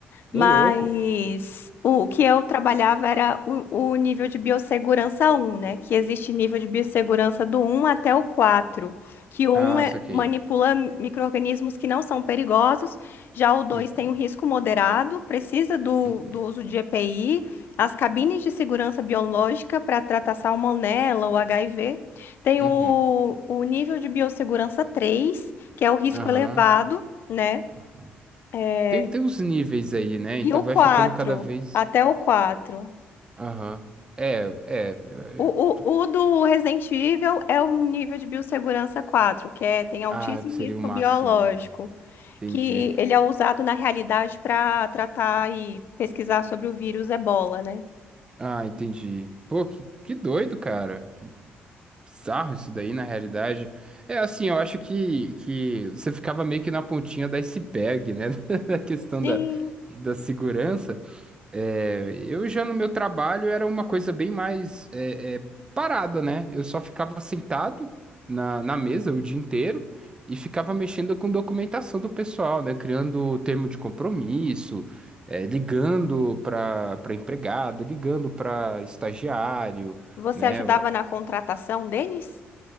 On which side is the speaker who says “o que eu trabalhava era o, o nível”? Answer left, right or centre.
Left